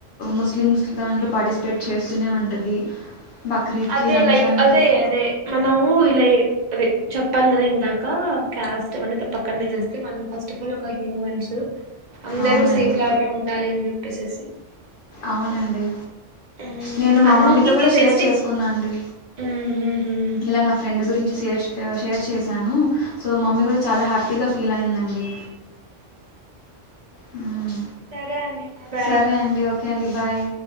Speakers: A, on the left (about 65°); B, on the right (about 55°).
A: ముస్లిమ్స్ దాంట్లో పార్టిసిపేట్ చేస్తూనే ఉంటది బక్రీద్
B: అదే
A: కి రంజాన్
B: లైక్ అదే అదే మనము ఇలా అదే చెప్పాను కదా ఇందాక కాస్ట్ అవన్నీ తప్పా పక్కనా తీసేస్తే మనం ఫస్ట్ ఆఫ్ ఆల్ ఒక హ్యూమన్స్ అందరూ
A: అవునండి.
B: సేమ్ లానే ఉండాలి. అని చెప్పేసేసి
A: అవునండి.
B: ఉమ్
A: నేను మా
B: అన్ని
A: మమ్మీతో కూడా
B: తీసేస్తే
A: షేర్ చేసుకున్నా అండి
B: ఉహుహు
A: ఇలా నా ఫ్రెండ్ మీ గురించి షేర్ షేర్ చేశాను సో మమ్మీ కూడా చాలా హ్యాపీగా ఫీల్ అయిందండి హ్మ్.
B: సరే అండి బాయ్
A: సరే అండి ఓకే అండి బాయ్